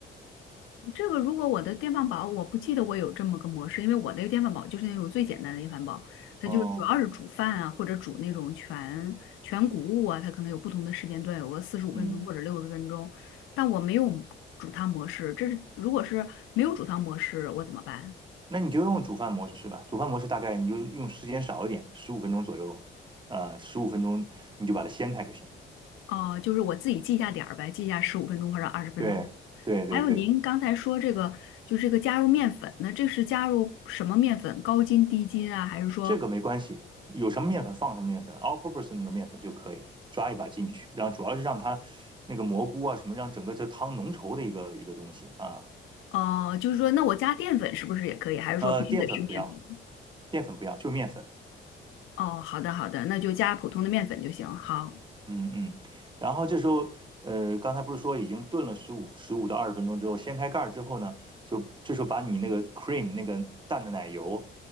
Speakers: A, on the left; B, on the right.
A: 这个如果我的电饭煲，我不记得我有这么个模式，因为我的电饭煲就是那种最简单的电饭煲，它就主要是煮饭啊，
B: 哦，
A: 或者煮那种全全谷物啊，它可能有不同的时间段，有个四十五分钟或者六十分钟，
B: 嗯，
A: 但我没有煮汤模式，这是如果是没有煮汤模式，我怎么办？
B: 那你就用煮饭模式吧，煮饭模式大概你就用时间少一点，十五分钟左右，呃，十五分钟你就把它掀开就行了。
A: 哦、就是我自己记一下点儿呗，记一下十五分钟或者二十分钟。
B: 对对对对。
A: 还有您刚才说这个，就是这个加入面粉，那这是加入什么面粉？高筋、低筋啊，还是说？
B: 这个没关系，有什么面粉放什么面粉，all purpose 那种面粉就可以抓一把进去，然后主要是让它那个蘑菇啊什么，让整个这汤浓稠的一个一个东西啊。
A: 哦，就是说，那我加淀粉是不是也可以？还是说必须得是面粉？
B: 呃，淀粉不要，淀粉不要，就面粉。
A: 哦，好的好的，那就加普通的面粉就行。好，
B: 嗯嗯，然后这时候，呃，刚才不是说已经炖了十五十五到二十分钟之后，掀开盖儿之后呢，就这时候把你那个 cream 那个淡的奶油